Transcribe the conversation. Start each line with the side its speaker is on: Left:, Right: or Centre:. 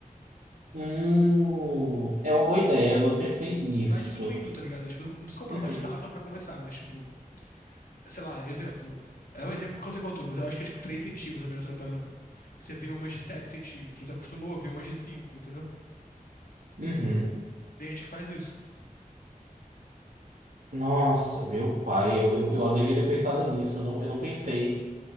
Right: Hum, é uma boa ideia. Eu não pensei nisso.
Left: Vai diminuindo, tá ligado? Tipo, não precisa comprar
Right: Uhum,
Left: uma estátua pra começar, mas tipo, sei lá, exemplo. É um exemplo porque eu sei qual é altura, mas eu acho que é tipo 3 centímetros a miniatura padrão. Você vê umas de 7 centímetros, acostumou a ver umas de 5, entendeu?
Right: uhum.
Left: Tem gente que faz isso.
Right: Nossa, meu pai, eu, eu, eu devia ter pensado nisso. Eu não, eu não pensei,